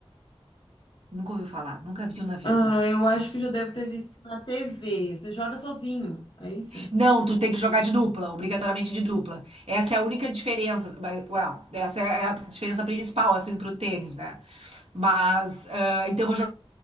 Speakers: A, on the right; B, on the left.
A: Nunca ouviu falar, nunca viu na vida.
B: Ah, eu acho que já deve ter visto na TV. Você joga sozinho, é isso? Eu
A: Não, tu tem que jogar de dupla, obrigatoriamente de dupla. Essa é a única diferença, mas, well, essa é a diferença principal, assim, pro tênis, né? Mas, ah, então eu vou jogar.